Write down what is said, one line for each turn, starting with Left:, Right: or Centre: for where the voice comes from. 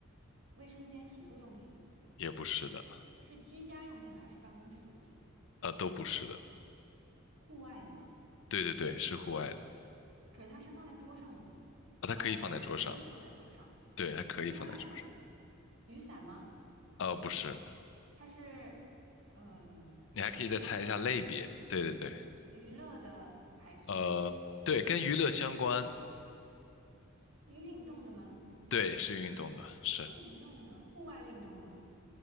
Right: 卫生间、洗漱用品，
Left: 也不是的，
Right: 是居家用品还是办公室用品？
Left: 呃，都不是的。
Right: 户外的吗？
Left: 对对对，是户外的，
Right: 可是它是放在桌上的吗？
Left: 啊，它可以放在桌上。
Right: 哦，它是可以放在桌上。
Left: 对，它可以放在桌上。
Right: 户外的，雨伞吗？
Left: 呃，不是，
Right: 它是呃，
Left: 你还可以再猜一下类别。
Right: 那是用来
Left: 对对对，
Right: 娱乐的还是
Left: 呃，对，跟娱乐相关，
Right: 运动的吗？
Left: 对，是运动的，是，
Right: 运动的，户外运动吗？